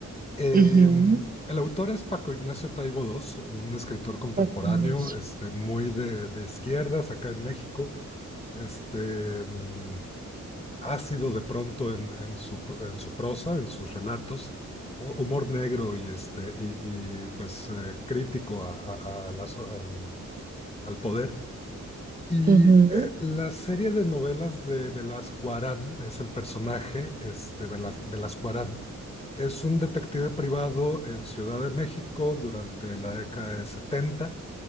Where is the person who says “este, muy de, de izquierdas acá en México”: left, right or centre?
Left